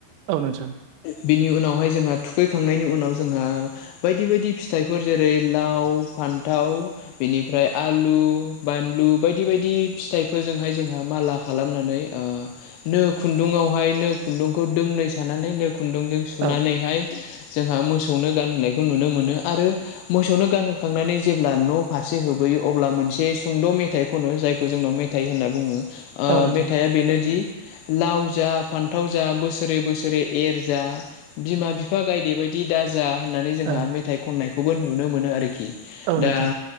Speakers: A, on the right (about 85°); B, on the left (about 80°).
A: औ नोंथां।
B: बिनि उनावहाय जोंहा थुखैखांनायनि उनाव जोंहा बायदि बायदि फिथाइफोर जेरै लाव फान्थाव बेनिफ्राय आलु बा बानलु बायदि बायदि फिथाइफोरजोंहाय जोंहा माला खालामनानै ओ नो खुन्दुङाव हाय नो खुुन्दुंखौ दोंनै सानानै नो खुुन्दुंजों सुनानैहाय
A: औ
B: जोंहा मोसौनो गानहोनायखौ नुनो मोनो आरो मोसौनो गानहोखांनानै जेब्ला न' फारसे होबोयो अब्ला मोनसे सुंद' मेथाइ खनो जायखौ जोंनाव मेथाइ होनना बुङो ओ
A: औ नोंथां
B: मेथाया बेनोदि लाव जा फान्थाव जा बोसोरै बोसोरै एर जा बिमा बिफा गायदे बायदि दाजा होननानै जोंहा
A: औ
B: मेथाइ खननायखौबो नुनो मोनो आरोखि
A: औ नोंथां
B: दा